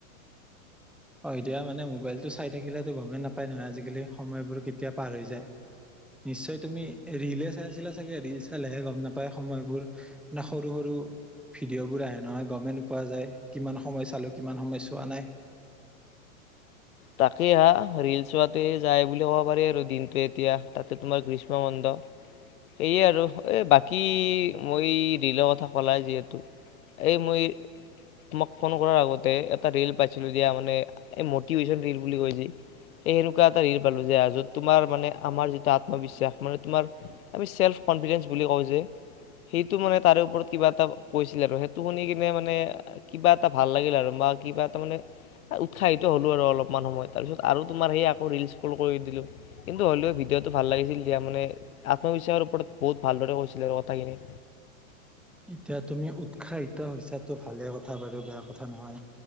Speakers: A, in the centre; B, on the left.
A: হয় দিয়া মানে মোবাইলটো চাই থাকিলেতো গমেই নাপায় নহয় আজিকালি সময়বোৰ কেতিয়া পাৰ হৈ যায়। নিশ্চয় তুমি ৰীলে চাই আছিলা চাগে ৰীল চাল লেহে গম নাপায় সময়বোৰ মে সৰু সৰু ভিডিঅ'বোৰ আহে নহয় গমে নোপোৱা যায়। কিমান সময় চালো কিমান সময় চোৱা নাই।
B: তাকেই হা ৰিল চোৱাতে যায় বুলি ক'ব পাৰি আৰু দিনটোে এতিয়া তাতে তোমাৰ গ্ৰীষ্ম, মণ্ড সয়ে আৰু এই বাকী মই দলৰ কথা কলাই যিহেতু এই মই তোমাক ফোন কৰাৰ আগতে এটা ল পাইছিলো দিয়া মানে মিভেশন ৰিল বুলি কৈছে এই এনেুৱ এটা হ পালো যে যত তোমাৰ মানে আমাৰ যিটো আত্মবিশ্বাস মানে তোমাৰ আমি চ্ কনফিডেঞ্চ বুলি কওঁ যে। সেইটো মানে তাৰে ওপৰত কিবা এটা কৈছিলে আৰু সেইটো শুনি কিনে মানে কিবা এটা ভাল লাগিল। আৰু কিবা এটা মানে উৎসাহিত হ'লো আৰু অলপ- অকমান সময় তাৰপিছত আৰু তোমাৰ সেই আকৌ ৰিলচ কল কৰি দিলোঁ কিন্তু হ'লেও ভিডিঅ'টো ভাল লাগিছিল তেতিয়া মানে- আত্মবিশ্বাসৰ ওপৰত বহুত ভালদৰে কৈছিলে। কথাখিনি
A: এতিয়া তুমি উৎসাহিতছটো ভালে কথা বাৰু বেয়া কথা নহয়।